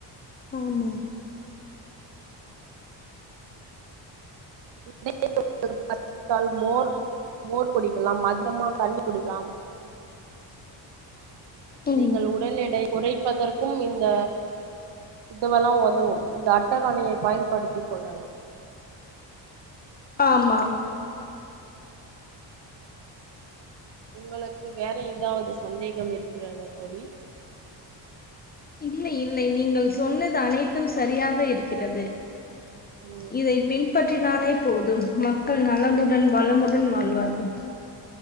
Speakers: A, on the left; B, on the right.
A: ஆமாம்
B: <unintelligible> மோர் மோர் குடிக்கலாம் அந்தமா தண்ணி குடிக்கலாம்
A: ம்
B: நீங்கள் உடல் எடை குறைப்பதற்கும் இந்த இதுவெல்லா ஒதவு இந்த அட்டவணையை பயன்படுத்திக் கொள்ளலாம்
A: ஆமாம்
B: உங்களுக்கு வேற ஏதாவது சந்தேகம் இருக்கிறதா தோழி
A: இல்லை இல்லை நீங்கள் சொன்னது அனைத்தும் சரியாக இருக்கிறது
B: ம்
A: இதை பின் பற்றினாலே போதும் மக்கள் நலமுடன் வளமுடன் வாழ்வார்கள்